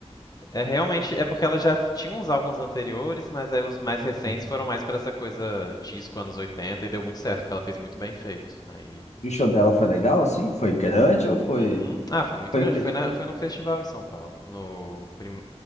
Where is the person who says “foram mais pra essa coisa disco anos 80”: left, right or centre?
Left